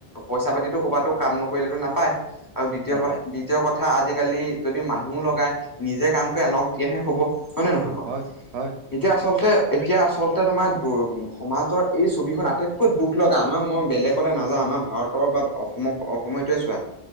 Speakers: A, on the left; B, on the right.
A: পইচা-পাতিতো ক'বাতটো কাম নকৰিলে নাপায়। আৰু দ্বিতীয়
B: নাপায়
A: কথা, দ্বিতীয় কথা আজিকালি যদিও মানুহো লগাই নিজে কাম কৰি আনক দিয়াহে হব। হয়নে নহয় বাৰু।
B: হয় হয়
A: এতিয়া আচলতে, এতিয়া আচলতে তোমাৰ সমাজৰ এই ছবিখন আটাইতকৈ দুখ লগা। আমাৰ মই বেলেগ বেলগলৈ নাযাও, আমাৰ ভাৰতৰ বা অসমক অসমৰটোৱে চোৱা,